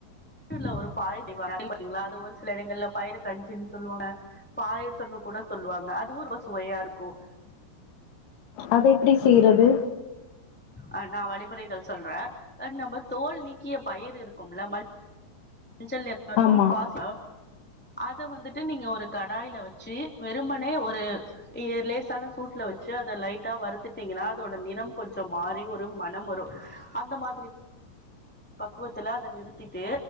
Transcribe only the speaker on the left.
அத எப்படி செய்யறது
ஆமா